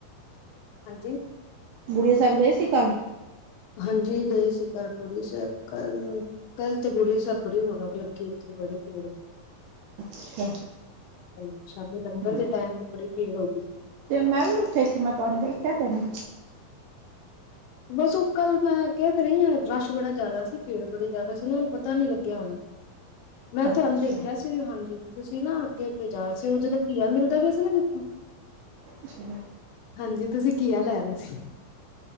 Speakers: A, on the left; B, on the right.
A: ਹਾਂਜੀ
B: ਬੂੜੀਆ ਸਾਬ ਗਏ ਸੀ ਕੱਲ?
A: ਹਾਂਜੀ ਗਏ ਸੀ ਕੱਲ ਬੂੜੀਆ ਸਾਈਬ ਕੱਲ ਕੱਲ੍ਹ ਤੇ ਬੂੜੀਆ ਸਾਬ ਬੜੀ ਰੌਣਕ ਲੱਗੀ ਹੋਈ ਸੀ, ਬੜੀ ਭੀੜ ਸੀ।
B: ਅੱਛਾ
A: ਹਾਂਜੀ, ਸ਼ਾਮੀ ਲੰਗਰ
B: ਹੂੰ,
A: ਦੇ ਟਾਏਮ ਤੇ ਬੜੀ ਭੀੜ ਹੋ ਗਈ ਸੀ।
B: ਤੇ ਮੈਂ ਵੀ ਉੱਥੇ ਸੀ, ਮੈ ਤੁਆਨੂ ਦੇਖਿਆ ਤਾ ਨਈ।
A: ਬਸ ਓ ਕੱਲ ਮੈਂ ਕੈ ਤਾ ਰਈ ਆ, ਰਸ਼ ਬੜਾ ਜ਼ਾਦਾ ਸੀ, ਭੀੜ ਬੜੀ ਜ਼ਾਦਾ ਸੀ ਨਾ ਪਤਾ ਨੀ ਲੱਗੇਆ ਹੁਣਾ। ਮੈਂ
B: ਅੱਛਾ
A: ਤੁਆਨੂੰ ਦੇਖਿਆ ਸੀ। ਤੇ ਹਾਂਜੀ, ਤੁਸੀਂ ਨਾ ਅੱਗੇ -ਅੱਗੇ ਜਾ ਰਏ ਸੀ, ਓ ਜਦੋਂ ਘੀਆ ਮਿਲਦਾ ਪੇਆ ਸੀ ਨਾ ਜਿੱਥੋਂ
B: ਜੀ।
A: ਹਾਂਜੀ, ਤੁਸੀਂ ਘੀਆ ਲੈ ਰਏ ਸੀ।